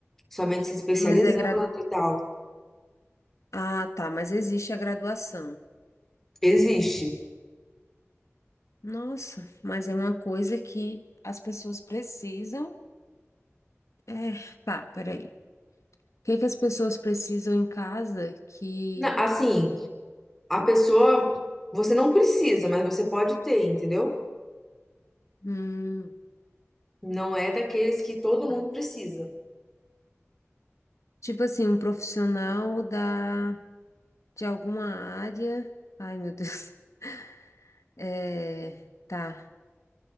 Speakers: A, in the centre; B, on the left.
A: Somente se especializando
B: Mas é gradu...
A: e tal.
B: Ah, tá, mas existe a graduação.
A: Existe.
B: Nossa, mas é uma coisa que as pessoas precisam. É, tá, peraí. O que é que as pessoas precisam em casa que.
A: Na- Assim, a pessoa, você não precisa, mas você pode ter, entendeu?
B: Hum,
A: Não é daqueles que todo mundo
B: tá.
A: precisa.
B: tipo assim, um profissional da. de alguma área. Ai, meu Deus. <laughs> É, tá.